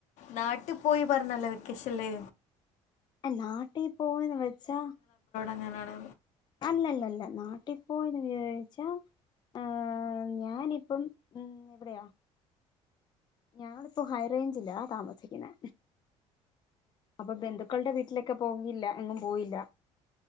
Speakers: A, on the left; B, on the left.
A: നാട്ടിൽ പോയി പറഞ്ഞല്ലോ വെക്കേഷൻല്
B: നാട്ടേ പോവന്ന് വെച്ചാ
A: ങ്ങനാണ്
B: അല്ലല്ലല്ല നാട്ടിൽപ്പോയന്ന് വിചാരിച്ചാ ഏ ഞാനിപ്പം മ് എവിടെയാ ഞങ്ങളിപ്പോ ഹൈ റേഞ്ചിലാ താമസിക്കുന്നത് അപ്പൊ ബന്ധുക്കളുടെ വീട്ടിലൊക്കെ പോന്നില്ല എങ്ങും പോയില്ല